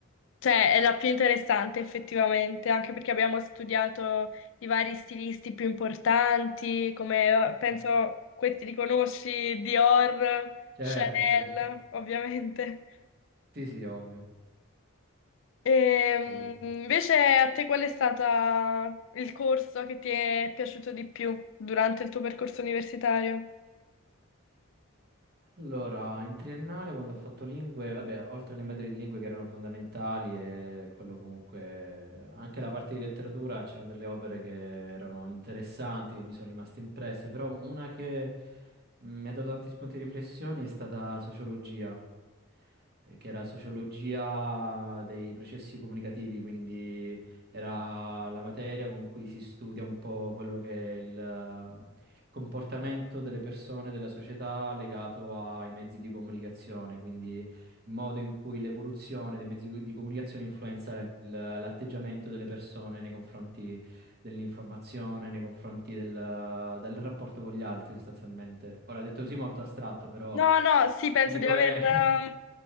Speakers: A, on the left; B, on the right.
A: Cioè, è la più interessante effettivamente, anche perché abbiamo studiato i vari stilisti più importanti, come eh, penso
B: Mm.
A: questi li conosci, Dior,
B: certo,
A: Chanel,
B: certo.
A: ovviamente.
B: Sì, sì, ovvio.
A: Ehm,
B: Sì, sì.
A: invece a te qual è stato il corso che ti è piaciuto di più durante il tuo percorso universitario?
B: Allora, in triennale quando ho fatto lingue, vabbè, oltre alle materie di lingue che erano fondamentali e quello comunque, anche la parte di letteratura, c'erano delle opere che erano interessanti, che mi sono rimaste impresse, però una che mh, mi ha dato tanti spunti di riflessione è stata sociologia, eh, che era sociologia dei processi comunicativi, quindi era la materia con cui si studia un po' quello che è il, eh, il comportamento delle persone, della società legato ai mezzi di comunicazione, quindi il modo in cui l'evoluzione dei mezzi di comunicazione influenza il- l'atteggiamento delle persone nei confronti dell'informazione, nei confronti del, del rapporto con gli altri, sostanzialmente. Ora, detto così molto astratto, però
A: No, no, sì, penso
B: ti dico
A: di aver
B: è
A: eh,